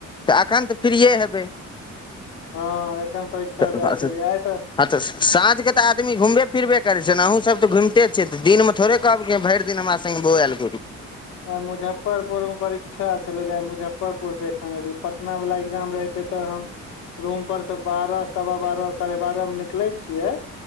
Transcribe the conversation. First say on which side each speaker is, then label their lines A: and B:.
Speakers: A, on the left; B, on the left.
A: तऽ एखन तऽ फ्रियए हेबै
B: हँ एखन परीक्षा
A: त आ
B: दए के
A: स
B: एलियै आइ
A: हँ तऽ साँझ के तऽ आदमी घूमबे फिरबे करै छी छै न अहूँ सब तऽ घुमिते छियै दिन मे थोड़े कहब भरि। दिन हमरा संगे बौएल घुरू
B: आइ मुजफ्फरपुर मे परीक्षा छलै रहे मुजफ्फरपुर से एखन एलिये पटना वला एग्जाम रहै छ से तऽ हम रुम पर सँ बारह सवा बारह साढे बारह मे निकलै छियै